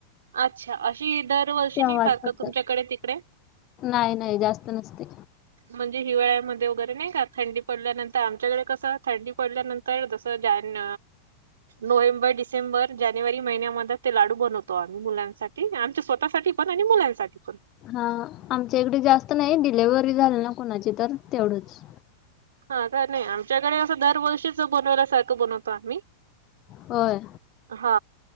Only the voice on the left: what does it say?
तेव्हाच
फक्त
नाही नाही जास्त नसते.
हा आमच्या इकडे जास्त नाही डिलेव्हरी झाली ना कुणाची तर तेवढंच.
होय